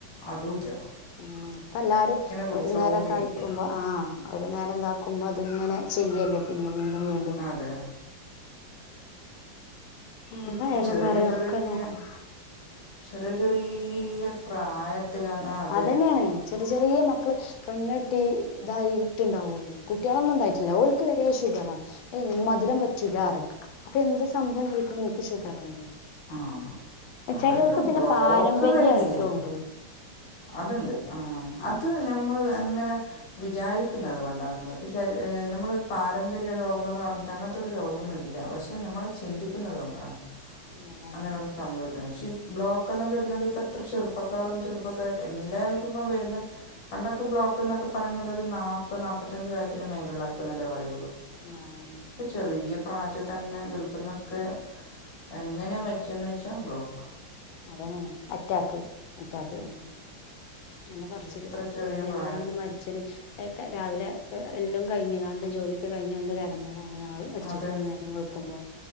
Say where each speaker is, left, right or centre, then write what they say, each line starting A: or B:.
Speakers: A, on the left (about 70°); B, on the left (about 85°).
A: അദൂല്ല
B: ഉം ഇപ്പ എല്ലാരും
A: കുടിച്ചുകൊണ്ടിരിക്കുക
B: ഒരു നേരം കഴിക്കുമ്പോ ആഹ് ഒരു നേരം എന്താ ക്കുമ്പോ അതിങ്ങനെ ചെയ്യല്ലേ പിന്ന വീണ്ടും വീണ്ടും
A: അതെ
B: ഏതായാലും
A: ഈ ചെറിയ
B: പറയ്
A: ചെറിയ
B: ഒക്കെ നോക്കുന്നു
A: ചെറിയ ചെറിയ പ്രായത്തില് ആ അതെ
B: അതന്നെയാണ് ചെറിയ ചെറിയ മക്കള് പെണ്ണെട്ടി ഇതായിട്ടുണ്ടാവുള്ളു കുട്ടികളൊന്നും ഉണ്ടായിട്ടില്ല ഓക്ക് വരെ ഷുഗറാണ് മധുരം പറ്റൂലാറയും അപ്പൊ എന്താ സംഭവം ചോദിക്കുമ്പോ എനിക്ക് ഷുഗറാണന്ന്
A: ആഹ് അവർക്ക്
B: ചെലവർക്ക് പിന്നെ
A: ബ്ലോക്ക്
B: പാരമ്പര്യായിട്ടും
A: വരുന്നില്ലേ
B: ഉണ്ട്
A: അതുണ്ട് ആ അത്
B: ആഹ്
A: നമ്മൾ അങ്ങനെ വിചാരിക്കുന്നത് കൊണ്ട് ണ് ശരി നമ്മൾ ഒരു പാരമ്പര്യ രോഗോന്ന് പറഞ്ഞിട്ട് അങ്ങനത്തൊരു രോഗമൊന്നും ഇല്ല പക്ഷെ നമ്മൾ ചിന്തിക്കുന്നത് കൊണ്ടാണ്
B: അതാണ്
A: അങ്ങനൊന്നും സംഭവിക്കണില്ല പക്ഷെ ബ്ലോക്കെല്ലാം വരുന്നത് ഇപ്പ എത്ര ചെറുപ്പക്കാരും ചെറുപ്പക്കാരി എല്ലാവർക്കും ഇപ്പം വരുന്നു പണ്ടൊക്കെ ബ്ലോക്ക് എന്നൊക്കെ പറയുന്നത് ഒരു നാപ്പ നാപ്പത്തഞ്ച് വയസ്സിന് മേലുള്ളോർക്ക് എന്നല്ലേ പറയുള്ളൂ
B: ആഹ്
A: ഇപ്പൊ ചെറിയ പ്രായത്തി തന്നെ ഗൾ ന്നൊക്കെ എങ്ങനെയാ മരിച്ചേന്ന് വെച്ച ല്ലാം ബ്ലോക്ക്
B: അതന്നെയാണ് അറ്റാക്ക് അറ്റാക്ക് അങ്ങനെ പറച്ചില്ല്
A: എത്ര ചെറിയ
B: അറ്റാക്കെ
A: പ്രായം
B: എന്തായാലും മരിച്ചന് രാവിലെ എ എല്ലാം കഴിഞ്ഞ് കാണ്ട് ജോലിയൊക്ക കഴിഞ്ഞ് വന്ന് കെടന്നതാണ് ആള് മരിച്ചിട്ടുണ്ടായിരുന്നു
A: അതെ
B: നേരം വെളുക്കുമ്പോൾ